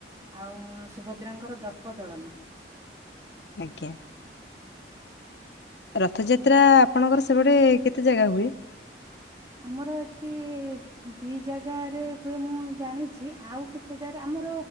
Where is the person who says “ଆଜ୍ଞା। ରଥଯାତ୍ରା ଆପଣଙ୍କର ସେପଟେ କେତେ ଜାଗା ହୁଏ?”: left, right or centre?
Left